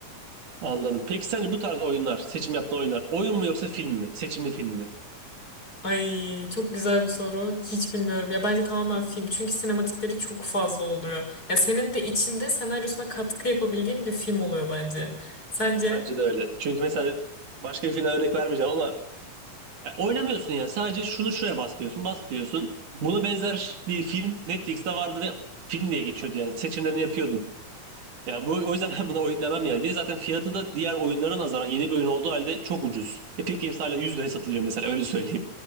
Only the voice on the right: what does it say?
Anladım. Peki sence bu tarz oyunlar, seçim yaptığın oyunlar oyun mu yoksa film mi? Seçimli film mi?
Bence de öyle. Çünkü mesela başka bir filmden örnek vermeyeceğim ama ya oynamıyorsun yani. Sadece şunu şuraya bas diyorsun, bas diyorsun. Buna benzer bir film Netflix'te vardı ve film diye geçiyordu yani. Seçimlerini yapıyordun. Yani bu o yüzden ben buna oyun demem yani. Bir de zaten fiyatı da diğer oyunlara nazaran yeni bir oyun olduğu halde çok ucuz. Epic Games hala 100 liraya satılıyor mesela öyle söyleyeyim.